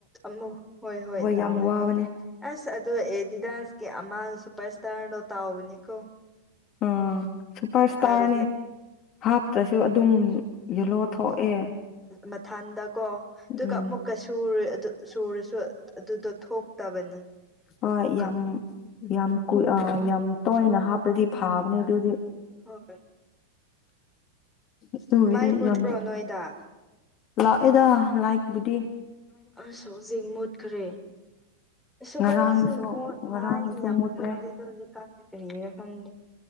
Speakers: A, in the centre; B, on the left.
A: ꯑꯃ ꯍꯣꯏ ꯍꯣꯏ ꯇꯧꯋꯤ
B: ꯌꯥꯝ ꯋꯥꯕꯅꯦ
A: ꯑꯁ ꯑꯗꯣ ꯑꯦ ꯗꯤꯗꯥꯁꯀꯤ ꯑꯃ ꯁꯨꯄꯔ ꯁ꯭ꯇꯥꯔꯗꯣ ꯇꯥꯎꯕꯅꯤꯀꯣ
B: ꯑꯥ ꯁꯨꯄꯔ ꯏꯁꯇꯥꯔꯅꯦ
A: ꯍꯥꯏꯕꯗꯤ
B: ꯍꯥꯞꯇ꯭ꯔꯁꯨ ꯑꯗꯨꯝ ꯌꯦꯂꯣ ꯊꯣꯛꯑꯦ
A: ꯃꯊꯟꯗ ꯀꯣ ꯑꯗꯨꯒ
B: ꯎꯝ
A: ꯑꯃꯨꯛꯀꯨꯔ ꯁꯨꯔꯁꯨ ꯑꯗꯨꯗꯣ ꯊꯣꯛꯇꯕꯅꯤ
B: ꯍꯣꯏ
A: ꯑꯃꯨꯛꯀ
B: ꯌꯥꯝ ꯌꯥꯝ ꯀꯨ ꯌꯥꯝ ꯇꯣꯏꯅ ꯍꯥꯞꯄꯗꯤ ꯐꯥꯕꯅꯦ ꯑꯗꯨꯗꯤ
A: ꯍ <unintelligible>
B: ꯑꯗꯨꯒꯤꯗꯤ
A: ꯃꯥꯏ ꯃꯨꯠꯄ꯭ꯔꯣ
B: ꯌꯥꯝ
A: ꯅꯣꯏꯗ
B: ꯂꯥꯛꯑꯦꯗ ꯂꯥꯏꯛꯕꯨꯗꯤ
A: ꯑꯁ ꯍꯧꯖꯤꯛ ꯃꯨꯠꯈ꯭ꯔꯦ ꯑꯁ ꯑꯈꯣꯏꯖꯦ
B: ꯉꯔꯥꯡꯗꯨꯁꯨ
A: ꯃꯣꯠ
B: ꯉꯔꯥꯡꯗꯨꯁꯨ
A: ꯃꯥꯏꯖꯦ ꯌꯥꯝ
B: ꯃꯨꯠꯂꯦ
A: ꯃꯣꯠꯂꯤꯗ ꯍꯧꯖꯤꯛꯀꯥꯟꯖꯦ ꯀꯔꯤꯒꯤꯔ ꯈꯪꯗꯦ꯫